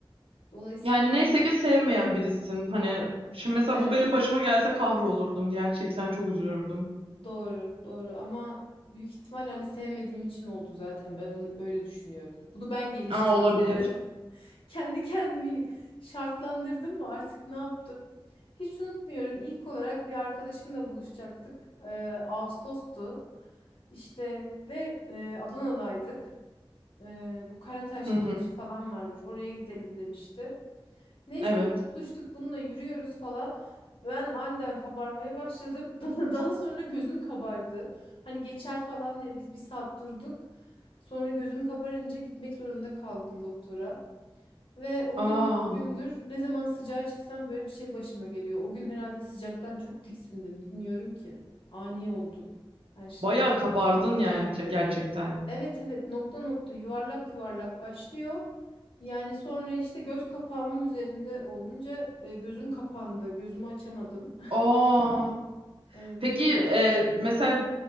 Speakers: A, on the left (about 70°); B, on the right (about 85°).
A: Dolayısıyla
B: Yani neyse ki sevmeyen birisin. Hani şimdi mesela
A: evet
B: bu benim başıma gelse kahrolurdum. Gerçekten çok üzülürdüm.
A: doğru doğru ama büyük ihtimal hani sevmediğim için oldu zaten ben onu öyle düşünüyorum. Bunu ben geliştirdim.
B: Aa olabilir.
A: kendi kendimi şartlandırdım mı artık ne yaptım? Hiç unutmuyorum. İlk olarak bir arkadaşımla buluşacaktık. Ee, Ağustos'tu. İşte ve e, Adana'daydık. Ee, bu Karataş
B: Hı hı.
A: plajı falan varmış. Oraya gidelim demişti. Neyse
B: Evet.
A: biz buluştuk bununla yürüyoruz falan. Ben aniden kabarmaya başladım. <laughs> Daha sonra gözüm kabardı. Hani geçer falan diye biz bir saat durduk. Sonra gözüm kabarınca gitmek zorunda kaldım doktora. Ve o gündür
B: Aa
A: bugündür ne zaman sıcağa çıksam böyle bir şey başıma geliyor. O gün herhalde sıcaktan çok tiksindim bilmiyorum ki. Ani oldu her şey.
B: bayağı kabardın yani ce- gerçekten.
A: Evet evet nokta nokta yuvarlak yuvarlak başlıyor. Yani sonra işte göz kapağımın üzerinde olunca e, gözüm kapandı. Gözümü açamadım.
B: Aa
A: <laughs> Evet.
B: peki e, mesela